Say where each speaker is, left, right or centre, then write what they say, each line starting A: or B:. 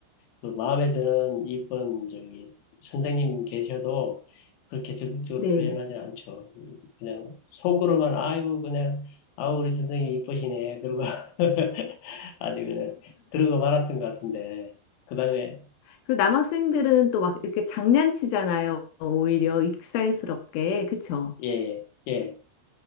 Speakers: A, on the left (about 90°); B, on the left (about 75°).
A: 그 마음에 드는 이쁜 저기 선생님 계셔도 그렇게 적극적으로
B: 네.
A: 표현하지 않죠. 그냥 속으로만 아이고 그냥 아우 우리 선생님 이쁘시네 그러고 <laughs> 아주 그냥 그러고 말았던 것 같은데 그다음에
B: 그리고 남학생들은 또 막 이렇게 장난치잖아요. 오히려 익살스럽게. 그쵸?
A: 그예예어